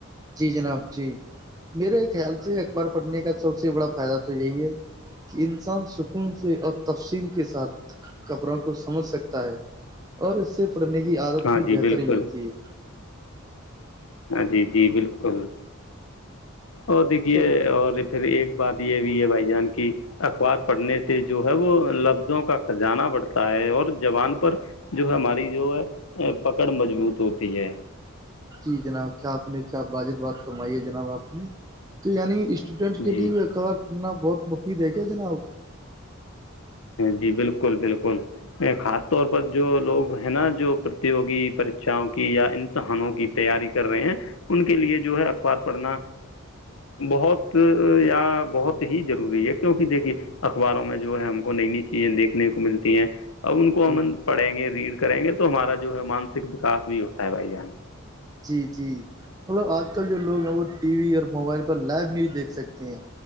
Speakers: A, on the right; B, on the left.
A: جی جناب جی میرے خیال سے اخبار پڑھنے کا سب سے بڑا فائدہ تو یہی ہے کہ انسان سکون سے اور تفصیل کے ساتھ کبروں کو سمجھ سکتا ہے اور اس سے پڑنے کی عادت
B: ہیں ہاں
A: بھی
B: جی
A: بہتر
B: بالکل
A: ہی ہوتی ہے
B: ہاں جی جی بالکل اور دیکھیے
A: تو
B: اور پھر ایک بات یہ بھی ہے بھائی جان کی اخبار پڑھنے سے جو ہے وہ لفظوں کا خزانہ بڑھتا ہے اور جوبان پر جو ہے ہماری جو ہے پکڑ مضبوط ہوتی ہے
A: جی جناب کیا آپ نے کیا باجد بات فرمائی ہے جناب آپ نے تو یعنی اسٹوڈینٹ
B: جی
A: کے لیے بھی کارنا بہت مفیدید ہے کیا جناب
B: جی بالکل بالکل خاص طور پر جو لوگ ہیں نا جو پرتوگی پرریچاں کی یا امتحانوں کی تیاری کر رہے ہیں ان کے لیے جو ہے اخبار پڑھنا بہت یا بہت ہی ضروری ہے کیونکہ دیکھیے اخباروں میں جو ہے ہم کو نئی نئی چیزیں دیکھنے کو ملتی ہیں اب ان کو امن
A: جی
B: پڑھیں گے ریڑھ کریں گے تو ہمارا جو ہے مانسک وکاس بھی ہوتا ہے بھائی جان
A: جی جی مطلب آج کل جو لوگ ہیں وہ ٹی وی اور موبائل پر لائیو نیوز دیکھ سکتے ہیں